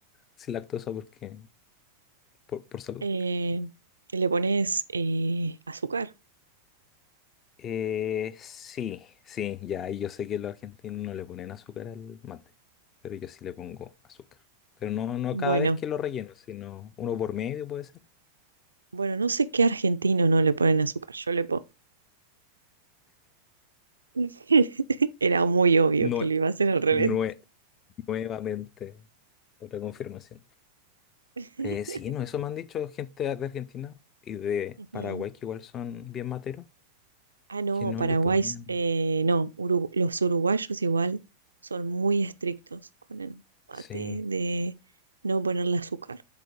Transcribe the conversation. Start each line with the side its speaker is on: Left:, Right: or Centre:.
Left: Sin lactosa porque, por, por salud.
Right: Eh, y le pones eh, azúcar.
Left: Eh, sí, sí, ya, y yo sé que los argentinos no le ponen azúcar al mate, pero yo sí le pongo azúcar. Pero no, no
Right: Bueno,
Left: cada vez que lo relleno, sino uno por medio puede ser.
Right: bueno, no sé qué argentino no le ponen azúcar. Yo le pongo. <laughs> Era muy obvio
Left: No,
Right: que lo iba a hacer al revés.
Left: nue- nuevamente, otra confirmación.
Right: <laughs>
Left: Eh, sí, no, eso me han dicho gente de Argentina y de
Right: Ujú.
Left: Paraguay, que igual son bien materos,
Right: Ah, no,
Left: que no
Right: Paraguay,
Left: le ponen.
Right: s- eh, no, Urugu- los uruguayos igual son muy estrictos con el mate
Left: Sí.
Right: de no ponerle azúcar.